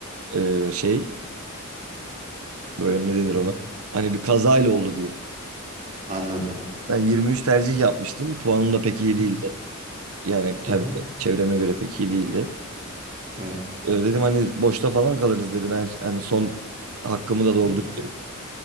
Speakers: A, on the right; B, on the right.
A: e, şey Böyle ne denir
B: Hı
A: ona?
B: hı.
A: Hani bir kazayla oldu diyeyim.
B: Anladım.
A: Ben 23 tercih yapmıştım. Puanım da pek iyi
B: Hı
A: değildi.
B: hı.
A: Yani kendi
B: Hı hı.
A: çevreme göre pek iyi değildi.
B: Evet.
A: Ee, dedim hani boşta falan kalırız dedim. Ben hani son hakkımı da doldurayım.
B: Hı.